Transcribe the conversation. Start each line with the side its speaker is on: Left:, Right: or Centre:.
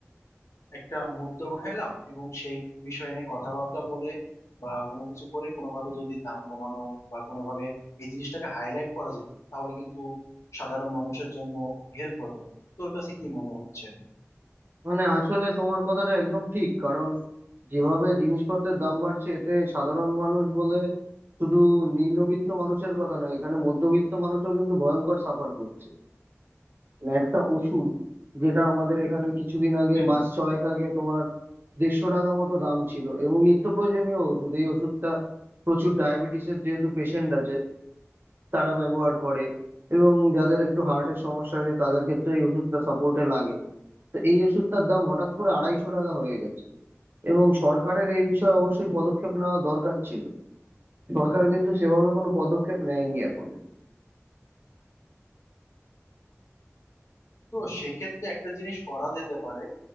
Left: একটা মুদ্দা উঠাইলাম এবং সেই বিষয় নিয়ে কথাবার্তা বলে বা কোনো কিছু করে কোনোভাবে যদি দাম কমানো বা কোনোভাবে এই জিনিসটাকে হাইলাইট করা যেত তাহলে কিন্তু সাধারণ মানুষের জন্য হেল্প হতো তোর কাছে কি মনে হচ্ছে
Right: মানে আসলে তোমার কথাটা একদম ঠিক কারণ যেভাবে জিনিসপত্রের দাম বাড়ছে এতে সাধারণ মানুষ বলে শুধু নিম্নবিত্ত মানুষের কথা না এখানে মধ্যবিত্ত মানুষও কিন্তু ভয়ঙ্কর সাফার করছে মানে একটা ওষুধ যেটা আমাদের এখানে কিছুদিন আগে
Left: হুম
Right: মাস ছয়েক আগে তোমার দেড়শো টাকা মতো দাম ছিল এবং নিত্য প্রয়োজনীয় ওষুধ এই ওষুধটা প্রচুর ডায়াবেটিসের যেহেতু পেশেন্ট আছে তারা ব্যবহার করে এবং যাদের একটু হার্টের সমস্যা আছে তাদের ক্ষেত্রে এই ওষুধটা সাপোর্টে লাগে তো এই ওষুধটার দাম হঠাৎ করে আড়াইশো টাকা হয়ে গেছে এবং সরকারের এই বিষয়ে অবশ্যই পদক্ষেপ নেওয়া দরকার ছিল সরকার কিন্তু সেভাবে কোনো পদক্ষেপ নেয়নি এখনো
Left: তো সেক্ষেত্রে একটা জিনিস করা যেতে পারে